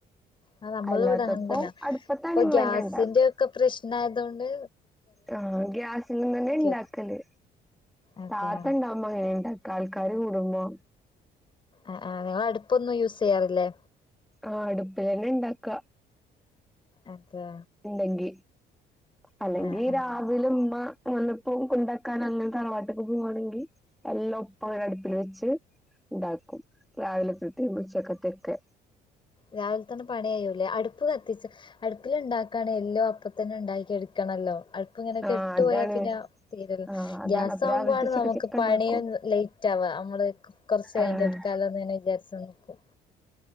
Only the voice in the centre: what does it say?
അല്ലാത്തപ്പോ
അടുപ്പത്താണ്
ഇമ്മന്നെ
ഇണ്ടാക്ക
ആഹ് ഗ്യാസിൻനന്നെ ഇണ്ടാക്കല്.
താത്ത ഇണ്ടാ വേണ്ട ആൾക്കാര് കൂടുമ്പോ
ആഹ് അടുപ്പിലെന്നെ ഇണ്ടാക്ക.
ഇണ്ടെങ്കി അല്ലെങ്കി
രാവിലുമ്മ വന്നപ്പോ കൊണ്ടാക്കാൻ അങ്ങൻ തറവാട്ട്ക്ക് പോവാണെങ്കി എല്ലോ ഒപ്പം ഒരടുപ്പിൽ വെച്ച് ഇണ്ടാക്കും രാവിൽക്കത്തിം ഉച്ചക്കത്തെയൊക്കെ.
ആഹ് അതാണ്
ആഹ് അതാണ്
അപ്പൊ രാവിലത്തെ ഉച്ചക്കത്തെക്കെ
ഇണ്ടാക്കും
ആഹ്